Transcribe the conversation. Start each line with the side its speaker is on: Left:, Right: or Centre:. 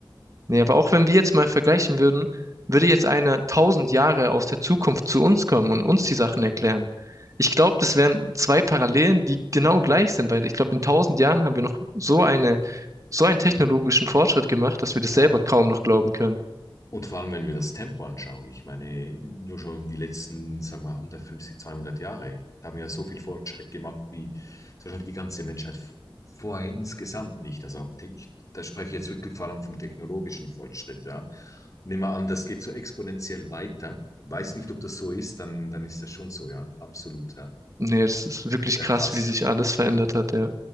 Right: Nee, aber auch wenn wir jetzt mal vergleichen würden, würde jetzt einer tausend Jahre aus der Zukunft zu uns kommen und uns die Sachen erklären. Ich glaube, das wären zwei Parallelen, die genau gleich sind, weil ich glaube, in tausend Jahren haben wir noch so eine, so einen technologischen Fortschritt gemacht, dass wir das
Left: ja.
Right: selber kaum noch glauben können.
Left: Und vor allem, wenn wir das Tempo anschauen, ich meine, nur schon die letzten, sagen wir, 150, 200 Jahre, da haben wir ja so viel Fortschritt gemacht, wie zum Beispiel die ganze Menschheit vorher insgesamt nicht. Also auch, ich, da spreche ich jetzt wirklich vor allem vom technologischen Fortschritt, ja. nehmen wir an, das geht so exponentiell weiter. Weiß nicht, ob das so ist, dann, dann ist das schon so, ja. Absolut, ja.
Right: Nee, das ist wirklich
Left: Ja,
Right: krass,
Left: krass.
Right: wie sich alles verändert hat, ja.